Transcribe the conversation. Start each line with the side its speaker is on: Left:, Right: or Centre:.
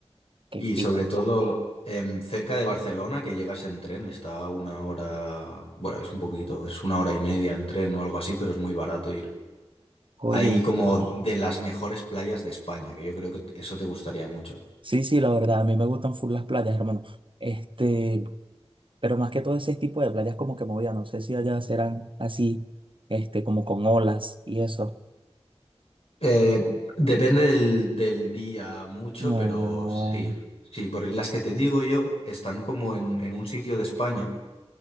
Right: Qué
Left: Y
Right: fino.
Left: sobre todo em, cerca de Barcelona, que llegas en tren, está a una hora, bueno, es un poquito, es una hora y media en tren o algo así, pero es muy barato ir.
Right: Oye,
Left: Hay como
Right: bien.
Left: de las mejores playas de España, que yo creo que eso te gustaría mucho.
Right: sí, sí, la verdad, a mí me gustan full las playas, hermano. Este. Pero más que todo ese tipo de playas como que movidas no sé si allá serán así, este, como con olas y eso.
Left: Eh, depende del, del día mucho,
Right: No,
Left: pero sí, sí, por las que te digo yo están como en, en un sitio de España